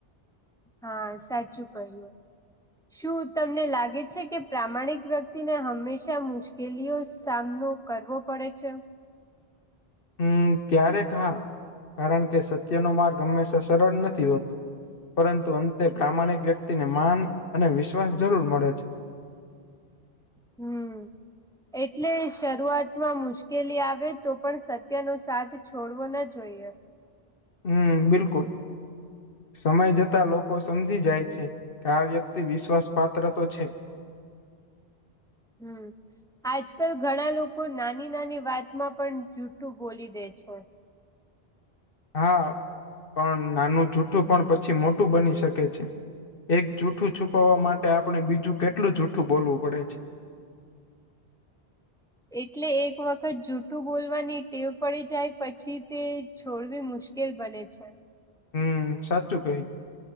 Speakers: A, in the centre; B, on the left (about 60°).
A: હા સાચું કહ્યું.
B: <inaudible>
A: શું તમને લાગે છે કે પ્રામાણિક વ્યક્તિને હંમેશા મુશ્કેલીઓ સામનો કરવો પડે છે?
B: હમ ક્યારે હા કારણ કે સત્યનો માર્ગ હંમેશા સરળ નથી હોતો. પરંતુ અંતે પ્રામાણિક વ્યક્તિને માન અને વિશ્વાસ જરૂર મળે છે.
A: હમ. એટલે શરૂઆતમાં મુશ્કેલી આવે તો પણ સત્યનો સાથ છોડવો ના જોઈએ.
B: હમ્મ બિલકુલ. સમય જતા લોકો સમજી જાય છે કે આ વ્યક્તિ વિશ્વાસ પાત્ર તો છે.
A: હમ્મ. આજકાલ ઘણા લોકો નાની નાની વાતમાં પણ જુઠું બોલી દે છે.
B: હા પણ નાનું જુઠું પણ પછી મોટું બની શકે છે. એક જૂઠું છુપાવવા માટે આપણે બીજું કેટલું જૂઠું બોલવું પડે છે.
A: એટલે એક વખત જૂઠું બોલવાની ટેવ પડી જાય પછી તે છોડવી મુશ્કેલ બને છે.
B: હમ સાચું કહ્યું